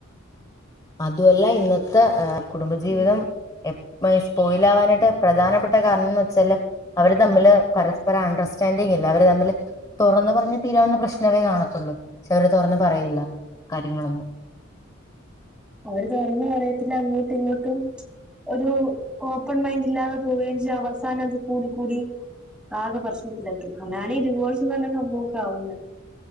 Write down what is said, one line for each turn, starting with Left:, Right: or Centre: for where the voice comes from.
Left: അതു അല്ല ഇന്നത്തെ ഏഹ് കുടുംബജീവിതം
Centre: ഉം
Left: എപ് സ്പോയിലാവാനായിട്ട് പ്രധാനപ്പെട്ട കാരണംന്ന് വെച്ചാല് അവര് തമ്മില് പരസ്പരം അണ്ടർസ്റ്റാൻഡിങ് ഇല്ല അവര് തമ്മില് തൊറന്ന് പറഞ്ഞ തീരാവുന്ന പ്രശ്നമേ കാണത്തുള്ളൂ പക്ഷെ അവര് തുറന്ന് പറയില്ല കാര്യങ്ങളൊന്നും
Centre: ഓര് തുറന്ന് പറയത്തില്ല അങ്ങോട്ടും ഇങ്ങോട്ടും ഒരു ഓപ്പൺ മൈൻഡ് ഇല്ലാതെ പോകേം ചെയ് അവസാനം അത് കൂടി കൂടി ആകെ പ്രശ്നത്തിലെത്തും അങ്ങനാണ് ഈ ഡിവോഴ്സും പറഞ്ഞ സംഭവൊക്കെ ആവും